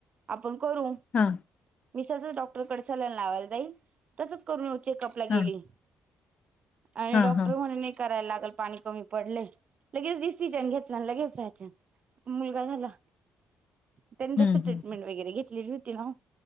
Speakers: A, on the right; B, on the left.
A: आपण करू.
B: हा.
A: मी सहजच डॉक्टरकडे सलाईन लावायला जाईल, तसंच करून येऊ चेकअपला
B: हा
A: गेली. आणि
B: हा
A: डॉक्टर
B: हा
A: म्हणे नाही करायला लागल पाणी कमी पडलय लगेच डिसिजन घेतला लगेचयच मुलगा झाला त्यांनी त्याचा
B: हम्म
A: ट्रीट मेंट वगैरे घेतलेली होती ना.